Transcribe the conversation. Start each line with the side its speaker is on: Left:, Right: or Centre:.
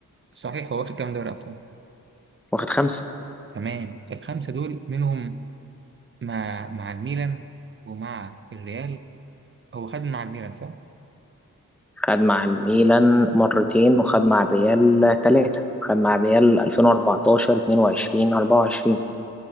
Right: صحيح هو واخد كام دوري ابطال
Centre: واخد خمسة
Right: تمام الخمسه دول منهم مع مع الميلان ومع الريال هو خد مع الميلان صح
Centre: خد مع الميلان مرتين وخد مع الريال ثلاثة خد مع الريال 2014 22 24